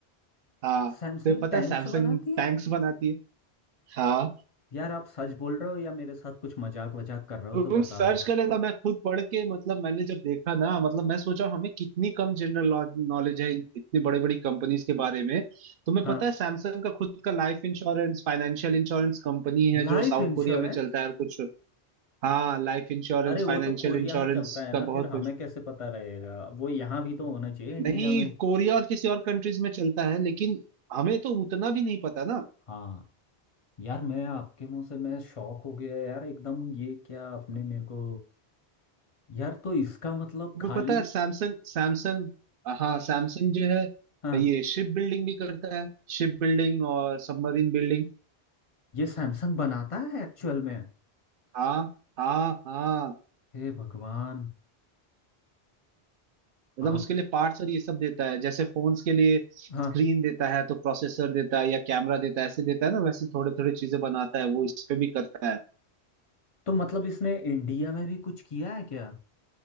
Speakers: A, on the right (about 60°); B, on the left (about 40°).
A: हाँ तुम्हें
B: सैमसंग
A: पता
B: टैंक्स
A: है सैमसंग
B: बनाती
A: टैंक्स
B: है
A: बनाती है हाँ
B: यार आप सच बोल रहे हो या मेरे साथ कुछ मजाक वजाक कर रहे हो
A: तुम
B: तो बता
A: सर्च
B: दो
A: कर लेना मैं खुद पढ़ के मतलब मैंने जब देखा ना मतलब मैं सोचा हमें कितनी कम जनरल नॉलेज है इतनी बड़ी बड़ी कंपनीज के बारे में तुम्हें
B: हाँ
A: पता है सैमसंग का खुद का life insurance financial insurance company है
B: Life
A: जो साउथ
B: insurance
A: कोरिया में चलता है और कुछ हाँ लाइफ इंश्योरेंस
B: अरे वो
A: फाइनेंशियल
B: तो कोरिया
A: इंश्योरेंस
B: में चलता है
A: का
B: ना
A: बहुत
B: फिर हमें
A: कुछ
B: कैसे पता रहेगा वो यहाँ भी तो होना चाहिए इंडिया
A: नहीं
B: में
A: कोरिया और किसी और कंट्रीज में चलता है लेकिन हमें तो उतना भी नहीं पता ना
B: हाँ यार मैं आपके मुंह से मैं शॉक हो गया यार एकदम ये क्या आपने मेरे को यार तो इसका मतलब
A: तुम्हें
B: खाली
A: पता है सैमसंग सैमसंग हाँ सैमसंग जो है
B: हाँ
A: ये शिप बिल्डिंग भी करता है शिप बिल्डिंग और सबमरीन बिल्डिंग
B: ये सैमसंग बनाता है एक्चुअल में
A: हाँ हाँ हाँ
B: हे भगवान
A: मतलब
B: आप
A: उसके लिए पार्ट्स और ये सब देता है जैसे फोन्स के लिए स्क्रीन
B: हाँ
A: देता है तो प्रोसेसर देता है या कैमरा देता है ऐसे देता है ना वैसे थोड़े थोड़े चीजें बनाता है वो इस पे भी करता है
B: तो मतलब इसने इंडिया में भी कुछ किया है क्या